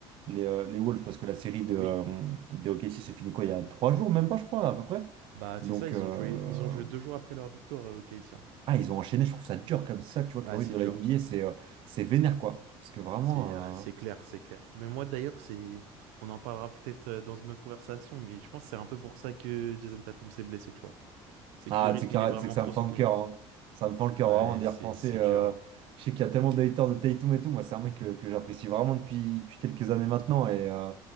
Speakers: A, on the right; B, on the right.
A: les, euh, les Wolves, parce que la série de, euh,
B: Oui.
A: de OKC s'est finie quoi, il y a trois jours, même pas, je crois, à peu près.
B: Bah,
A: Donc,
B: c'est ça, ils
A: euh,
B: ont joué, ils ont joué deux jours après leur victoire euh, au KC, hein.
A: ah, ils ont enchaîné, je trouve ça dur comme ça, tu vois, que
B: Ah,
A: le rythme
B: c'est
A: de
B: dur.
A: la NBA, c'est euh, c'est vénère, quoi. Parce que vraiment.
B: C'est ah, c'est
A: euh,
B: clair, c'est clair. Mais moi, d'ailleurs, c'est... On en parlera peut-être euh, dans une autre conversation, mais je pense que c'est un peu pour ça que Jason Tatum s'est blessé, tu vois. C'est
A: Ah,
B: que le rythme,
A: tu sais qu'arrête,
B: il est vraiment
A: c'est que ça
B: trop
A: me fend
B: soutenu.
A: le cœur. hein. Ça me fend le cœur
B: Ouais,
A: vraiment d'y
B: c'est
A: repenser.
B: c'est
A: euh,
B: dur, hein.
A: Je sais qu'il y a tellement de haters de Tatum et tout. Moi, c'est un mec que, que j'apprécie vraiment depuis, depuis quelques années maintenant. Et, euh,